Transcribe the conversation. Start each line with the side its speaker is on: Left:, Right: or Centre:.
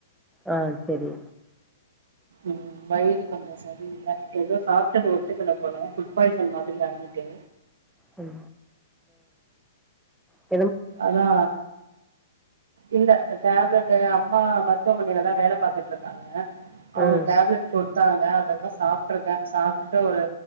Centre: ஆ செரி
Right: ம் வயிறு கொஞ்சொ சரியில்ல எதோ சாப்டது ஒத்துக்கல போல ஃபுட் பாய்சன் மாதிரி ஆகிட்டு
Centre: செரி ‌ஆ
Right: அதா இல்ல டேப்லெட்டு அம்மா மருத்துவமனைல தா வேல பாத்துட்ருக்காங்க அவுங்க
Centre: ம்
Right: டேப்லெட் குடுத்தாங்க அததா சாப்ட்ருக்கே சாப்ட்டுட்டு ஒரு